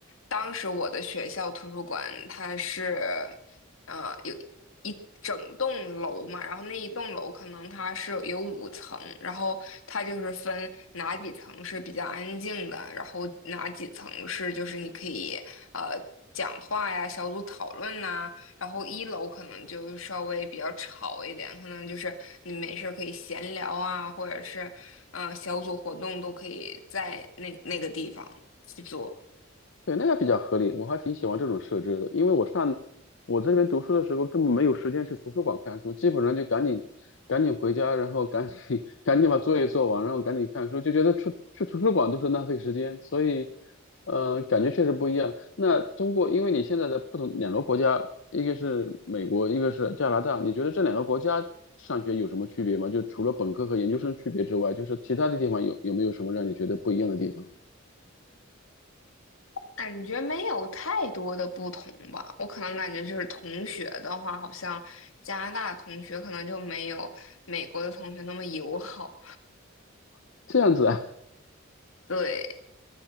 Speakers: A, on the left (about 80°); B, on the left (about 65°).
A: 当时我的学校图书馆它是。啊，有。一整栋楼嘛，然后那一栋楼可能它是有五层，然后它就是分哪几层是比较安静的，然后哪几层是就是你可以呃讲话呀、小组讨论呐、然后一楼可能就稍微比较吵一点，可能就是你没事儿可以闲聊啊，或者是嗯、呃小组活动都可以在那那个地方去做。
B: 对，那个比较合理，我还挺喜欢这种设置的，因为我上我这边读书的时候根本没有时间去图书馆看书，基本上就赶紧赶紧回家，然后赶紧 <laughs> 赶紧把作业做完，然后赶紧看书，就觉得去去图书馆都是浪费时间，所以呃，感觉确实不一样。那通过，因为你现在的不同两个国家，一个是美国，一个是加拿大，你觉得这两个国家上学有什么区别吗？就除了本科和研究生区别之外，就是其他的地方有有没有什么让你觉得不一样的地方？
A: 感觉没有太多的不同吧，我可能感觉就是同学的话，好像加拿大同学可能就没有美国的同学那么友好。
B: 这样子啊。
A: 对，